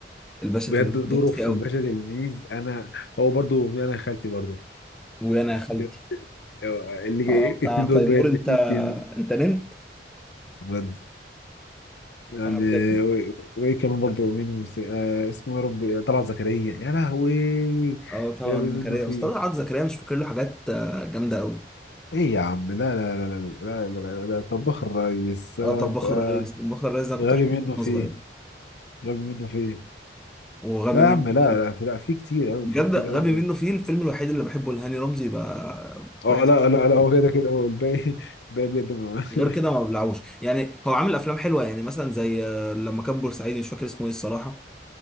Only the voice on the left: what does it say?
بجد
دوره
في
الباشا تلميذ انا هو برضو انا خالتي برضو
بجد، آه، اللي جاي
الاتنين
دول بجد
في كيم
بجد يعني
و- وايه كمان برضه مين المس- آه اسمه يا ربي طلعت زكريا يا لهوي
جاب منه
فيه
ايه يا عم لا لا لا لا لا لا لا, لا, لا. طباخ الريس آه
آه،
غبي
منه فيه
غبي منه فيه
لا
يا عم لا
لا في لا في كتير قوي
في كتير
قوي
اه
لا
لا لا
هو كده كده هو الباقي الباقي بجد ما-
<laughs>